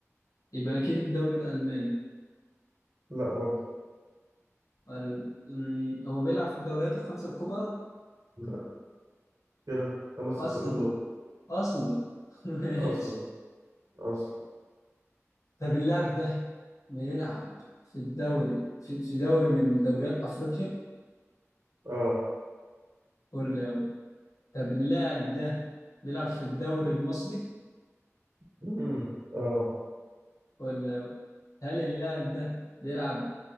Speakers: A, on the left; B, on the right.
A: يبقى اكيد الدوري الالماني
B: لا برضه
A: ال... مم، هو بيلعب في الدوريات الخمسه الكبرى
B: لا كده خمس
A: اصلا
B: أسئلة طول
A: اصلا <laughs> ماشي.
B: أصلا أصلا
A: طب اللاعب ده بيلعب في الدوري في, في دوري من دوريات افريقيا
B: اه
A: ولا طب اللاعب ده بيلعب في الدوري المصري
B: مم. اه
A: ولا هل اللاعب ده بيلعب